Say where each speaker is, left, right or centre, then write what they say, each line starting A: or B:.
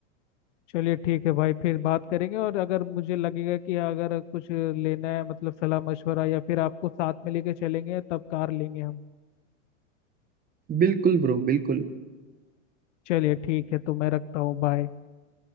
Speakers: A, on the left (about 65°); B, on the right (about 25°).
A: चलिए ठीक है भाई फिर बात करेंगे और अगर मुझे लगेगा कि अगर कुछ लेना है मतलब सलाह मशवरा या फिर आपको साथ में लेके चलेंगे तब कार लेंगे हम
B: बिल्कुल ब्रो बिल्कुल
A: चलिए ठीक है तो मैं रखता हूँ बाय